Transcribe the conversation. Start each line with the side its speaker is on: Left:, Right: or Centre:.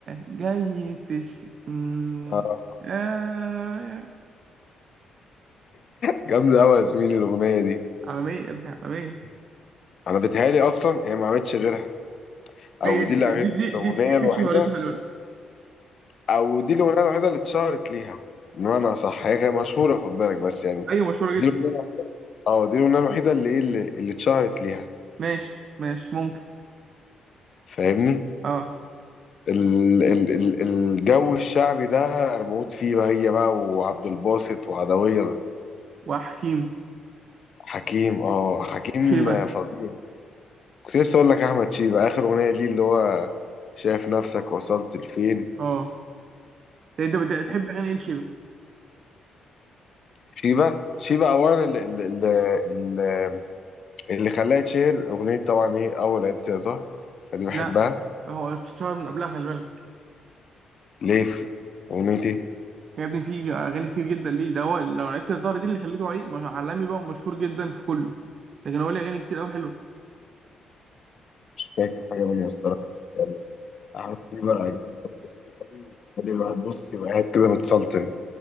Right: جاي تشكي مم.
Left: آه،
Right: آه.
Left: جامده قوي يا زميلي الاغنيه دي
Right: عالميه يا ابني عالميه
Left: انا بتهيالي اصلا هي ما عملتش غيرها
Right: هي
Left: او دي
Right: دي
Left: الأغ-
Right: دي دي
Left: الاغنيه
Right: دي, دي اللي
Left: الوحيده
Right: شهرتها خلي بالك
Left: او دي الاغنيه الوحيده اللي اتشهرت ليها بمعنى صح هي كانت مشهوره خد بالك بس يعني
Right: ايوه مشهوره جدا
Left: دي الاغنيه اه دي الاغنيه الوحيده اللي ايه اللي, اللي اتشهرت ليها
Right: ماشي ماشي ممكن
Left: فاهمني
Right: اه
Left: ال ال ال الجو الشعبي ده انا بموت فيه بقى هي بقى وعبد الباسط وعدوية
Right: وحكيم
Left: حكيم اه حكيم
Right: شيبة
Left: فظيع كنت لسه اقول لك احمد شيبة اخر اغنية ليه اللي هو شايف نفسك وصلت لفين
Right: اه ده انت بت- بتحب اغاني ايه لشيبة
Left: شيبة شيبة اولا اللي, اللي, اللي خلاها تشهر اغنية طبعا ايه اول عيبتي يا زهر فدي بحبها
Right: لا هو اتشهر من قبلها خلي بالك
Left: ليه في اغنيتي
Right: يا ابني في اغاني كتير جدا ليه ده هو لو لعبت الزهرة دي اللي خليته عي- مش- عالمي بقى ومشهور جدا في كله لكن هو ليه اغاني كتير قوي حلوه
Left: مش فاكر حاجة منها الصراحة يعني احمد شيبة عجبني قوي قوي قوي بيخلي الواحد بص يبقى قاعد كده متسلطن